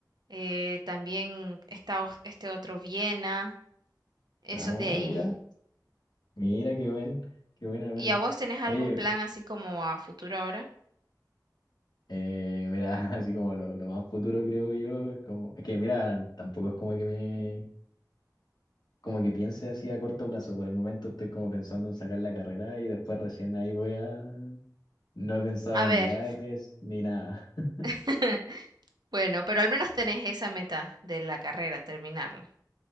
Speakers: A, on the right; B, on the left.
A: eh, también está o- este otro Viena, esos
B: Ah,
A: de ahí.
B: mira, Mira, qué buen, qué buena, buena.
A: ¿Y a vos tenés algún
B: Oye,
A: plan así como a futuro ahora?
B: Eh, mira, <laughs> así como lo, lo más futuro creo yo, es como, es que mira, tampoco es como que me, como que piense así a corto plazo, por el momento estoy como pensando en sacar la carrera y después recién ahí voy a, no he pensado
A: A ver,
B: en viajes ni nada. <laughs>
A: <laughs> bueno, pero al menos tenés esa meta de la carrera, terminarla.